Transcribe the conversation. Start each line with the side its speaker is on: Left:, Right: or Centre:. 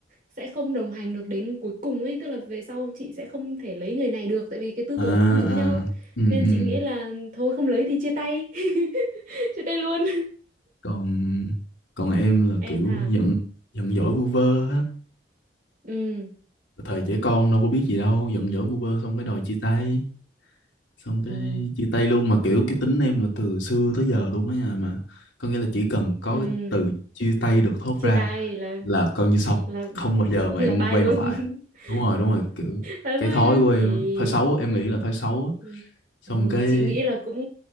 Right: sẽ không đồng hành được đến cuối cùng ấy tức là về sau chị sẽ không thể lấy người này được tại vì cái tư
Left: à
Right: tưởng nó không giống
Left: à
Right: nhau
Left: ừ
Right: nên
Left: ừ
Right: chị nghĩ là thôi không lấy thì chia tay <laughs> chia tay luôn
Left: còn còn em là
Right: em
Left: kiểu
Right: thà
Left: giận giận dỗi vu vơ á
Right: ừ
Left: thời trẻ con đâu có biết gì đâu giận dỗi vu vơ xong cái đòi chia tay xong cái
Right: Ê,
Left: chia tay luôn mà kiểu cái tính em là từ xưa tới giờ luôn á nhà mà có nghĩa là chỉ cần có
Right: ừ,
Left: cái từ chia tay được thốt
Right: chia
Left: ra
Right: tay là
Left: là coi như xong
Right: là <laughs>
Left: không bao giờ mà
Right: là
Left: em
Right: bye
Left: quay
Right: luôn
Left: mặt lại
Right: <laughs>
Left: đúng rồi đúng rồi kiểu
Right: là
Left: cái
Right: bye
Left: thói
Right: luôn
Left: của em
Right: Ê,
Left: á, thói xấu em nghĩ là thói xấu
Right: ừ.
Left: á. xong
Right: Ờ,
Left: cái
Right: chị nghĩ là cũng